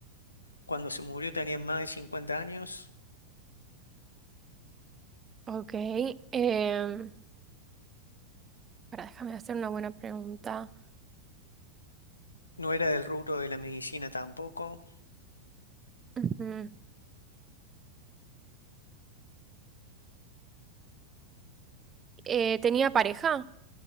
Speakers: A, on the left; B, on the right.
A: Cuando se murió tenía más de 50 años.
B: ok. em, para, déjame hacer una buena pregunta.
A: No era del rubro de la medicina tampoco.
B: Ujú. Eh, ¿tenía pareja?